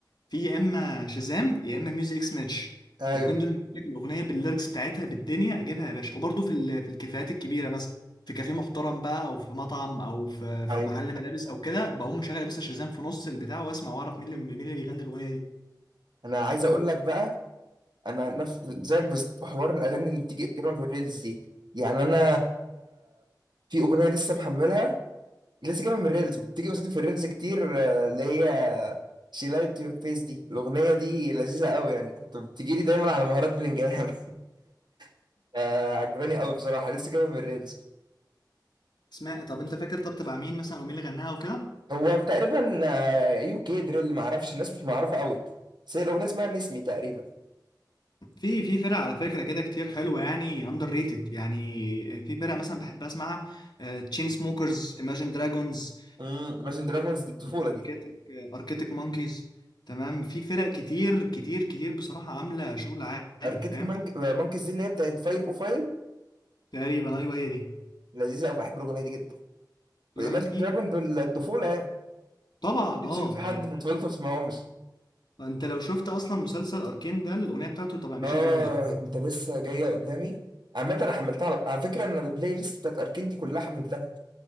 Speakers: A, on the left; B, on the right.
A: في يا اما شازام يا اما ميوزك اكس ماتش
B: أيوه
A: الاثنين دول بيجيب لك الاغنيه بالليركس بتاعتها بالدنيا اجيبها يا باشا وبرده في ال- في الكافيهات الكبيره مثلا في كافيه محترم بقى او في مطعم او في في
B: أيوه
A: محل ملابس او كده بقوم مشغل بس شازام في نص البتاع واسمع واعرف مين اللي مين اللي بيغني الاغنيه دي
B: أنا عايز أقول لك بقى أنا نفس زيك بالظبط في حوار الأغاني اللي بتيجي جايبها من الريلز دي يعني أنا في أغنية لسه محملها لسه جايبها من الريلز بتيجي قصادي في الريلز كتير آه، اللي هي شي لايت يور فيس دي الأغنية دي لذيذة قوي يعني كنت بتجيلي دايما على مهارات بلنجهام <laughs> آه، عجباني قوي بصراحة لسه جايبها من الريلز
A: اسمها طب انت فاكر طب تبع مين مثلا او مين اللي غناها وكده
B: هو تقريبا آه، يو كي دريل ما اعرفش الناس مش معروفة قوي بس هي الأغنية اسمها ميس مي تقريبا
A: في في فرق على فكرة كده كتير حلوة يعني اندر ريتد يعني في فرق مثلا بحب اسمعها تشين سموكرز ايماجين دراجونز
B: امم ماشن دراجونز دي الطفولة
A: اركيتك
B: دي
A: اركيتك مونكيز تمام في فرق كتير كتير كتير بصراحة عاملة شغل عالي
B: اركتيك
A: فاهم
B: مانك... مانكيز دي اللي هي بتاعت 505
A: تقريبا ايوه هي دي
B: لذيذه قوي بحب الاغنيه دي جدا وايماجن
A: لا لا في
B: دراجون
A: فرق
B: دول الطفوله
A: عاملة.
B: يعني
A: طبعا
B: مش
A: اه
B: ان في حد
A: يعني
B: في طفولته ما سمعهمش
A: انت لو شفت اصلا مسلسل اركين ده الاغنية بتاعته طبعا ايماجين
B: اه
A: دراجونز
B: انت لسه جايه قدامي عامة انا حملتها على على فكره ان البلاي ليست بتاعت اركين دي كلها حملتها